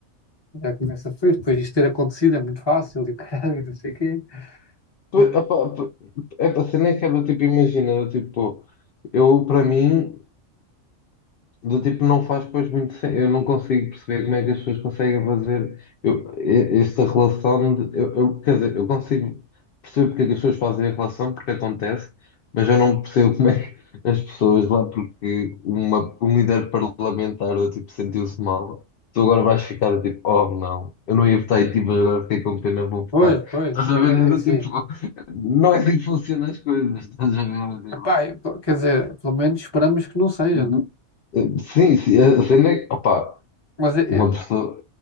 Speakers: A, on the left; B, on the left.
A: já começa, pois, depois disto ter acontecido é muito fácil, e o <laughs> caralho, não sei o quê.
B: Pois,
A: E,
B: opa, po- é para ser nem que é do tipo, imagina, do tipo, eu para mim. Do tipo, não faz depois muito sen- Eu não consigo perceber como é que as pessoas conseguem fazer eu- e- esta relação. De, eu, eu- quer dizer, eu consigo perceber porque é que as pessoas fazem a relação, porque acontece, mas eu não percebo como é que as pessoas lá, porque uma, um líder parlamentar do tipo sentiu-se mal. Tu agora vais ficar do tipo, oh não, eu não ia votar em ti, mas agora fiquei com pena, vou votar.
A: pois, pois,
B: Estás a
A: é, é
B: ver? É do
A: é assim.
B: tipo, <laughs> não é assim que funcionam as coisas, estás a ver?
A: Epá,
B: É do
A: e, pô, quer dizer, pelo menos esperamos que não seja,
B: tipo,
A: né?
B: Sim, sim, a cena é que, opá,
A: Mas é-
B: uma
A: é-
B: pessoa,